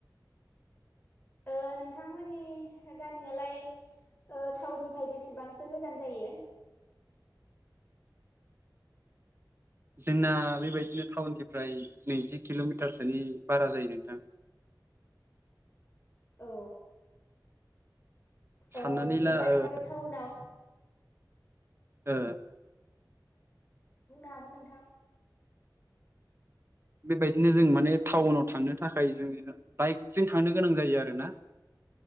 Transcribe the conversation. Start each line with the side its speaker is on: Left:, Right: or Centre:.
Left: ओ नोंथांमोननि गामियालाय ओ थाउननिफाय बेसेबांसो गोजान जायो
Right: जोंना बेबायदिनो टाउननिफ्राय नैजि किल'मिटारसोनि बारा जायो नोंथां
Left: औ
Right: साननानै
Left: अ बिदिब्लाथ'
Right: ला ओ
Left: टाउनाव
Right: ओ
Left: बुंनो हागोन नोंथां
Right: बेबायदिनो जों माने टाउनाव थांनो थाखाय जोङो बाइकजों थांनो गोनां जायो आरोना